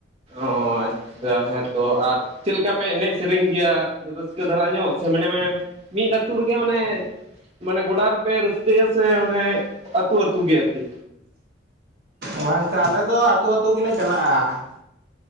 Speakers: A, on the right; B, on the right.
A: ᱚ ᱟᱪᱪᱷᱟ ᱦᱮᱸᱛᱚ ᱟᱨ ᱪᱮᱫ ᱞᱮᱠᱟ ᱯᱮ ᱮᱱᱮᱡ ᱥᱮᱨᱮᱧ ᱜᱮᱭᱟ? ᱨᱟᱹᱥᱠᱟᱹ ᱫᱷᱟᱨᱟ ᱧᱚᱜ ᱥᱮ ᱢᱮᱱᱮ ᱢᱮ ᱢᱤᱫ ᱟᱹᱛᱩ ᱨᱮᱜᱮ ᱢᱟᱱᱮ ᱢᱟᱱᱮ ᱜᱚᱰᱟ ᱨᱮᱯᱮ ᱨᱟᱹᱥᱠᱟᱹᱭᱟ ᱥᱮ ᱚᱱᱮ ᱟᱹᱛᱩ ᱟᱹᱛᱩ ᱜᱮ ᱟᱨᱠᱤ?
B: ᱚᱟᱝᱠᱟ ᱟᱞᱮ ᱫᱚ ᱟᱹᱛᱩ ᱟᱹᱛᱩ ᱜᱮᱞᱮ ᱪᱟᱞᱟᱜ-ᱟ ᱾